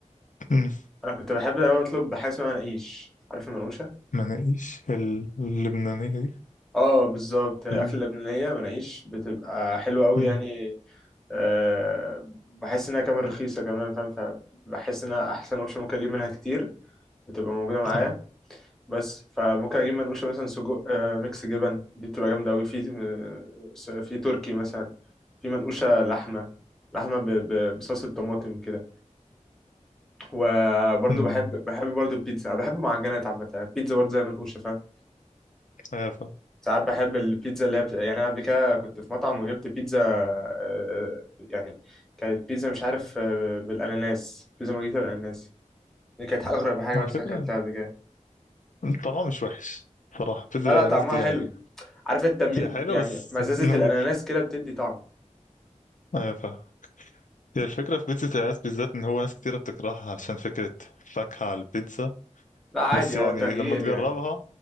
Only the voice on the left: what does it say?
مم،
مناقيش اللبنانية دي
ال-
مم،
ايوه
مم،
ايوه فاهم
على
فكرة
طعمها مش وحش صراحة بيتزا
الأناناس
دي يعني
هي حلوة
بس
نقول
ايوه فاهم هي الفكرة في بيتزا الأناناس بالذات إن هو ناس كتيرة بتكرهها عشان فكرة فاكهة على البيتزا
بس يعني
لما تجربها